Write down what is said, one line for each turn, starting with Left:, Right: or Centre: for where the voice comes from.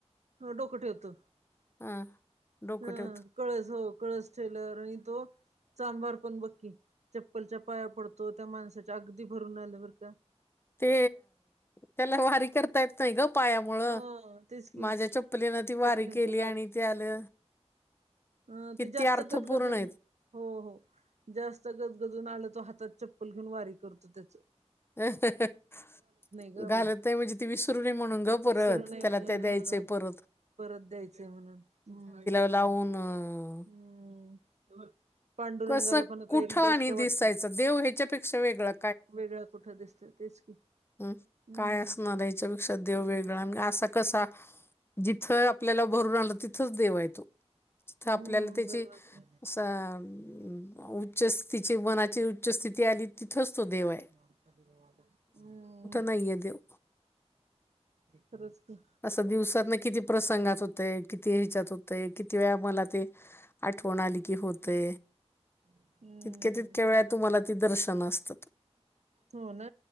Right: हो डोकं ठेवत हम्.
Left: हा डोकं ठेवतो
Right: कळस हो कळस ठेवल्यावर आणि तो, चांभार पण बघ की चप्पलच्या पाया पडतो त्या माणसाच्या अगदी भरून आलं बरं का.
Left: ते त्याला वारी कर ता यत नाही ग पायामुळ
Right: हो तेच की
Left: माझ्या चपलीनं ती
Right: चपल्यानंतर
Left: वारी केली आणि ते आलं.
Right: अं
Left: किती
Right: ते जास्त
Left: अर्थपूर्ण
Right: गदगदत,
Left: आहेत
Right: हो हो जास्त गजगदून आलं तो हातात चप्पल घेऊन वारी करतो त्याचं..
Left: अ ह् अ
Right: ग
Left: घालत
Right: बाई
Left: नाही आहे म्हणजे ती विसरू नये म्हणून गं
Right: विसरू
Left: परत
Right: नये
Left: त्याला
Right: म्हणून
Left: ते द्यायचे
Right: ह
Left: आहे परत. परत
Right: परत द्यायचंय म्हणून हम्
Left: लावून अ
Right: ह्म, पांडुरंगाला
Left: कसं
Right: पण आता
Left: कुठं
Right: एकटं एकटं
Left: आणि
Right: वाटत.
Left: दिसायचं देव ह्याच्यापेक्षा वेगळा
Right: वेगळा कुठं दिसतंय. तेच की.
Left: हम
Right: हम्म
Left: काय असणार याच्यापेक्षा देव
Right: हम्म
Left: वेगळा असा कसा जिथं, आपल्याला भरून आलं तिथंच देवा य तो. तिथ आपल्याला
Right: हम्म
Left: त्याची
Right: बरोबर
Left: असं, उच्च स्थितीची मनाची उच्च स्थिती आली तिथंच तो देव आहं.
Right: हम्
Left: नाहीये देव
Right: खरंच की.
Left: असं दिवसातनं किती प्रसंगात होतेय किती ह्याच्यात होतंय, किती वेळा मला ते आठवण आली की होतंय.
Right: हम्म
Left: तितक्या तितक्या वेळा तुम्हाला ते दर्शनं असतात.
Right: हो ना